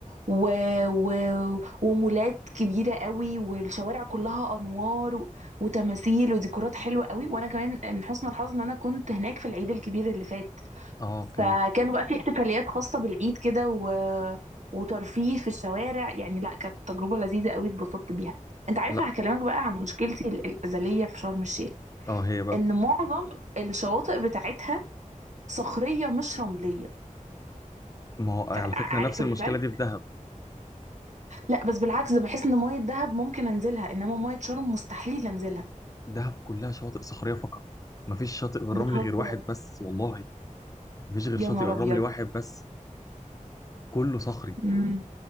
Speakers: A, on the right (about 60°); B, on the left (about 25°).
A: و... و... ومولات كبيره قوي والشوارع كلها انوار و... وتماثيل وديكورات حلوه قوي وانا كمان من حسن الحظ ان انا كنت هناك في العيد الكبير اللي فات
B: اه اوكي
A: فكانوا بقى في احتفاليات خاصه بالعيد كده و... وترفيه في الشوارع يعني لا كانت تجربه لذيذه قوي اتبسطت بيها انت عارفه
B: لا
A: هكلمك بقى عن مشكلتي الازليه في شرم الشيخ
B: اه هي بقى
A: ان معظم الشواطئ بتاعتها صخريه مش رمليه
B: ما هو على
A: ف- عارف
B: فكره نفس المشكله
A: الفرق
B: دي في دهب
A: لا بس بالعكس ده بحس ان ميه دهب ممكن انزلها انما ميه شرم مستحيل انزلها
B: دهب كلها شواطئ صخريه فقط مفيش شاطئ بالرمل
A: بتهزر
B: غير واحد بس والله مفيش غير
A: يا
B: شاطئ
A: نهار
B: الرمل
A: ابيض
B: واحد بس كله صخري
A: امم